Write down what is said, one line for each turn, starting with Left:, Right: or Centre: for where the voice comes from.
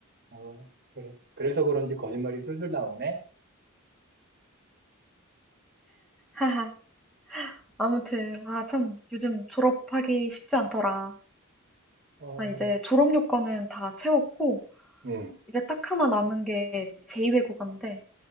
Right: 어, 그래. 그래서 그런지 거짓말이 술술 나오네?
Centre: <laughs> 아무튼, 아, 참, 요즘 졸업하기 쉽지 않더라.
Right: 어.
Centre: 나 이제 졸업 요건은 다 채웠고,
Right: 응
Centre: 이제 딱 하나 남은 게 제2외국어인데,